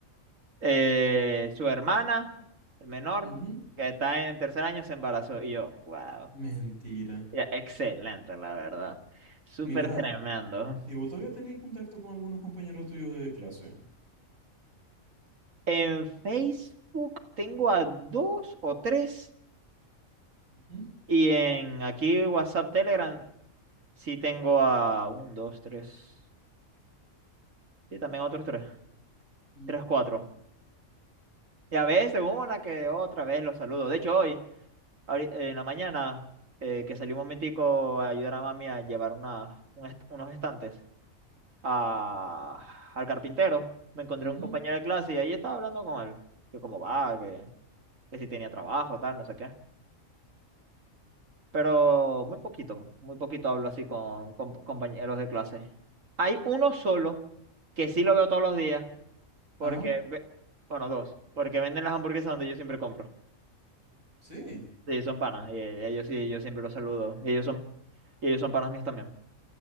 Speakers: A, on the right (about 70°); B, on the right (about 85°).
A: eh, su hermana, el menor,
B: Ujú.
A: que está en tercer año, se embarazó. Y yo, wow.
B: Mentira.
A: Ya, Excelente, la verdad. Súper
B: Mira,
A: tremendo.
B: ¿y vos todavía tenéis contacto con algunos compañeros tuyos de clase?
A: En Facebook tengo a dos o tres.
B: Ujú,
A: Y en aquí WhatsApp, Telegram, sí tengo a un, dos, tres. Sí, también otros tres.
B: ujú,
A: Tres, cuatro. Y a veces una que otra vez los saludo. De hecho, hoy, ahori- en la mañana, eh, que salí un momentico a ayudar a mami a llevar una, un est- unos estantes a- al carpintero, me encontré
B: ujú.
A: un compañero de clase y ahí estaba hablando con él. Que cómo va, que, que si tenía trabajo, tal, no sé qué. pero muy poquito, muy poquito hablo así con, con compañeros de clase. Hay uno solo que sí lo veo todos los días, porque,
B: Ajá,
A: ve- bueno, dos, porque venden las hamburguesas donde yo siempre compro.
B: sí.
A: Sí, son panas, y eh, ellos sí, yo siempre los saludo, y ellos son, y ellos son panas míos también.